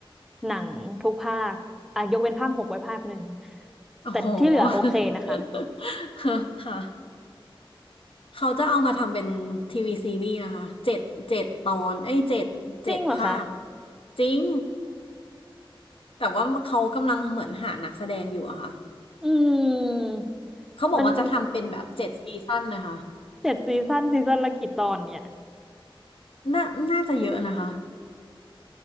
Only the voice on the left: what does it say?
โอ้โห
<laughs> ค่ะเขาจะเอามาทำเป็นทีวีซีรีส์นะคะเจ็ดเจ็ดตอนเอ้ยเจ็ดเจ็ดภาค
จริงแต่ว่าเขากำลังเหมือนหานักแสดงอยู่อะค่ะ
เขาบอกว่าจะทำเป็นแบบเจ็ดซีซั่นนะคะ
น่าน่าจะเยอะนะคะ